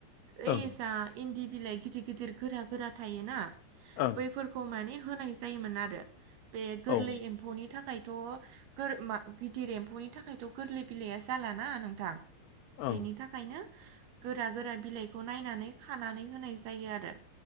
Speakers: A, on the right; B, on the left.
A: ओइस
B: ओं
A: इन्दि बिलाइ गिदिर गिदिर गोरा गोरा थायोना
B: ओं
A: बैफोरखौ माने होनाय जायोमोन आरो बे गोरलै
B: औ ओं
A: एमफ नि थाखायथ' गोर मा गिदिर एम्फौनि थाखायथ' गोरलै बिलाइया जाल ना नों रा
B: ओं
A: बेनि थाखायनो गोरा गोरा बिलाइ खौ नायनानै खानानै होनाय जायो आरो